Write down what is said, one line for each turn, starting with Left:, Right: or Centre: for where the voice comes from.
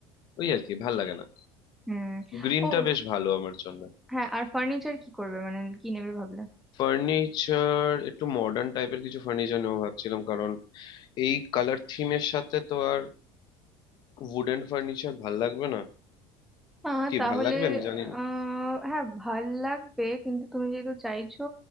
Left: ওই আর কি ভাল লাগে না
Centre: হুম
Left: গ্রিনটা
Centre: ও
Left: বেশ ভালো আমার জন্য
Centre: হ্যাঁ আর ফার্নিচার কি করবে মানে কি নেবে ভাবলে
Left: ফার্নিচার একটু মডার্ন টাইপের কিছু ফার্নিচার নেবো ভাবছিলাম কারণ এই কালার থিমের সাথে তো আর উডেন ফার্নিচার ভাল লাগবে না
Centre: আহ
Left: কি
Centre: তাহলে
Left: ভাল লাগবে আমি জানি না
Centre: আহ হ্যাঁ ভাল লাগবে কিন্তু তুমি যেহেতু চাইছো